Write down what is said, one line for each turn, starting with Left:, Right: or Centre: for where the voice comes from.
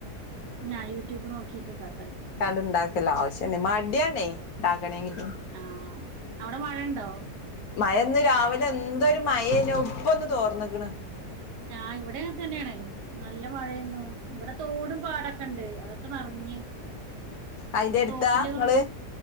Right: ഞാൻ യൂട്യൂബ് നോക്ക ഇണ്ടാക്കി
Left: അത് ഉണ്ടാക്കല ആവിശ്യത്തിന് പിന്നെ മാടിയാക്ക
Right: ആഹ് അവിടെ മഴണ്ടോ
Left: മഴ ഇന്ന രാവിലെ എന്തൊ ഒരു മഴയാ പ്പൊന്ന് തോർന്നക്കണ്
Right: ഞ ഇവിടെ അനെ തന്നെയാണ് നല്ല മഴയന്നു ഇവിടെ തോടും പാടൊക്കെ ഇണ്ട് അതൊക്കെ നിറഞ്ഞ്
Left: അയിന്റെ
Right: ഇവിടെ
Left: എടുത്താ
Right: തോട്ടില്
Left: ഇങ്ങള്